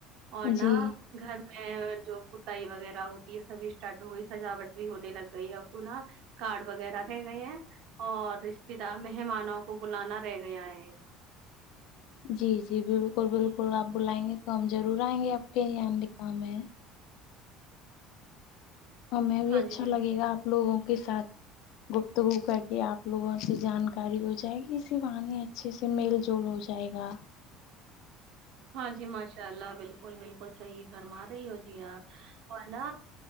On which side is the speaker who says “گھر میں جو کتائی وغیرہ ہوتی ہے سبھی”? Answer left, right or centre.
Right